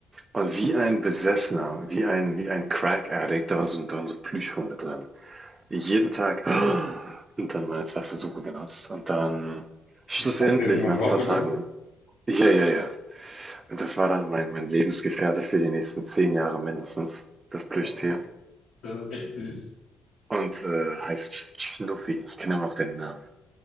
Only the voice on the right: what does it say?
und wie ein Besessener, wie ein wie ein Crack Addict, da war so dann so Plüschhunde drin. Jeden Tag <gasps> und dann meine 2 Versuche genutzt und dann schlussendlich
nach
ein paar Tagen ja, ja, ja. Und das war dann mein mein Lebensgefährte für die nächsten 10 Jahre mindestens, das Plüschtier.
Und äh, heißt Schnuffi. Ich kenne immer noch den Namen.